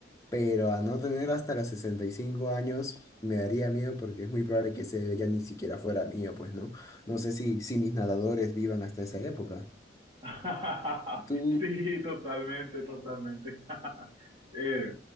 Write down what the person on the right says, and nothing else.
<laughs>
Sí, totalmente, totalmente. <laughs> Eh,